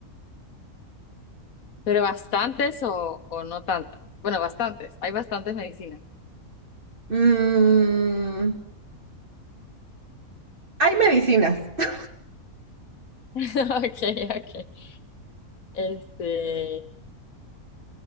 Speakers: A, on the left (about 70°); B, on the right (about 35°).
A: pero bastantes o, o no tantas. Bueno, bastantes, hay bastantes medicinas.
B: Mm, hay medicinas. <laughs>
A: <laughs> Ok, ok. Este,